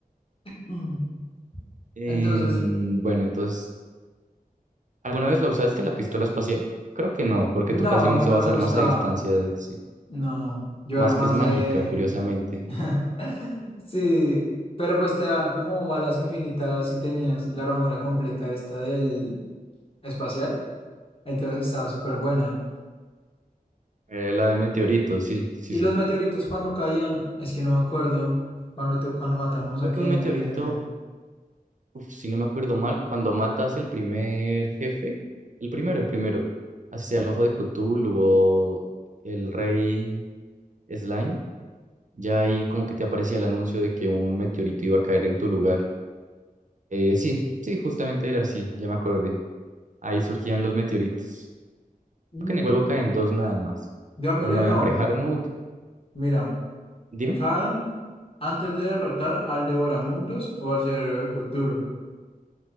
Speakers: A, on the left; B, on the right.
A: Mm.
B: Em,
A: Entonces,
B: bueno, entonces... ¿Alguna vez la usaste, la pistola espacial? Creo que no, porque
A: no,
B: tú casi
A: a
B: no
A: mí
B: usabas
A: no me gustaba.
B: armas a distancia, de- sí.
A: No, yo
B: Más
A: era más
B: que es mágica,
A: de...
B: curiosamente.
A: <laughs> Sí, pero pues te dan como balas infinitas y tenías la armadura completa esta del espacial. Entonces estaba súper buena.
B: Eh, la de meteorito, sí, sí,
A: Y
B: sí.
A: los meteoritos cuando caían, es que no me acuerdo cuando, tu- cuando matábamos
B: Creo
A: a quién,
B: que un meteorito
A: a qué jefe.
B: Uf, si no me acuerdo mal, cuando matas el primer jefe, el primero, el primero, así sea el ojo de Cthulhu o el rey Slime, ya ahí como que te aparecía el anuncio de que un meteorito iba a caer en tu lugar. Eh, sí, sí, justamente era así, ya me acordé. Ahí surgían los meteoritos.
A: Mm.
B: Creo que en el juego caen dos nada más.
A: Yo miré,
B: Uno
A: no.
B: en pre-hard mode.
A: Mira,
B: Dime.
A: Jaén, antes de derrotar al Devoramundos o al Cerebro de Cthulhu.